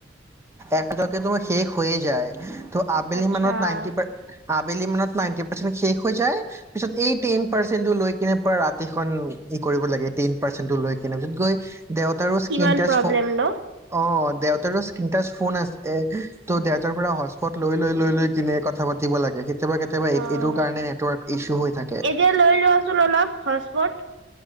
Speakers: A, on the right; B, on the right.
A: একে জকে তোমাৰ শেষ হৈয়ে যায়। ত আবেলি
B: আচ্ছা।
A: মানত নাইন টি পাৰ আবেলি মানত নাইনটি পাৰ্চেণ্ট শেষ হৈ যায় পিছত এই টেন পাৰ্চেন্টো লৈ কিনে ৰাতিখন ই কৰিব লাগে টেন পাৰ্চেনটো লৈ কিনে পিছত গৈ দেউতাৰো
B: কিমান
A: স্কিন টাচ
B: প্ৰব্লেম ন
A: অ দেউতাৰৰো স্কিন ট্তাছ ফোন আছে এ ত দেউতাৰ পৰা হচ পট লৈ লৈ লৈ- লৈ কিনে কথা পাতিব লাগে। কেতিয়াবা কেতিয়াবা এই
B: অ',
A: এইটোৰ কাৰণে নেটৱৰ্ক ইচু হৈ থাকে।
B: এতিয়া লৈ লোৱাচোন অলপ হটস্পট